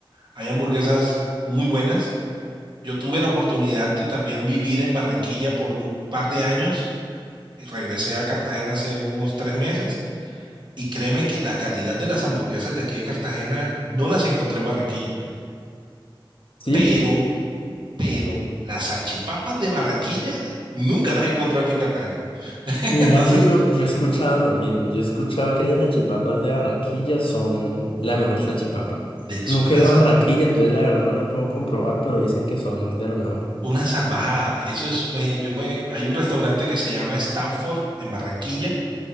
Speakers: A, on the right; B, on the left.
A: Hay hamburguesas muy buenas. Yo tuve la oportunidad de también vivir en Barranquilla por un par de años y regresé a Cartagena hace unos tres meses. Y créeme que la calidad de las hamburguesas de aquí de Cartagena no las encontré en Barranquilla,
B: Sí,
A: pero, pero las salchipapas de Barranquilla nunca las he encontrado aquí en Cartagena. <laughs>
B: Mira
A: Entonces,
B: que yo, yo he escuchado lo mismo. Yo he escuchado que las salchipapas de Barranquilla son la mejor salchipapa.
A: de- son
B: Nunca
A: unas
B: he ido a Barranquilla, entonces la verdad no la puedo comprobar, pero dicen que son de lo mejor.
A: Una salvajada. Eso es, me- yo me, hay un restaurante que se llama Stanford en Barranquilla